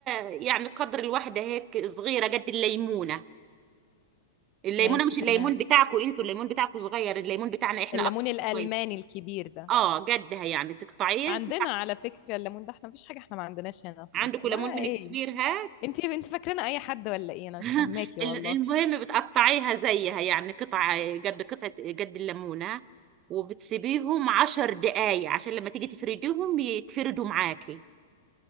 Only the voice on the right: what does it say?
آه، يعني قدر الواحده هيك صغيره قد الليمونه الليمونه
مش
الليمون بتاعكم انتوا الليمون بتاعكم صغير الليمون بتاعنا احنا
اكبر
شويه
اه قدها يعني تقطعيه
عندكم
ليمون
من الكبير ها
<laughs>
المهم
بتقطعيها زيها يعني قطع قد قطعة قد الليمونة وبتسيبيهم عشر دقايق عشان لما تيجي تفرديهم يتفردوا معاكي